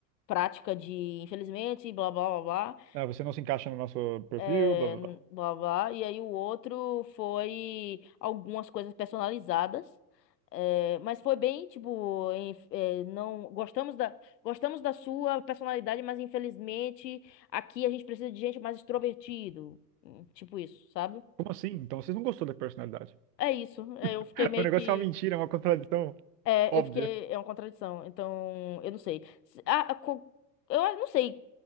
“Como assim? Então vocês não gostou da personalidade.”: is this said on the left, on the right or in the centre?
Right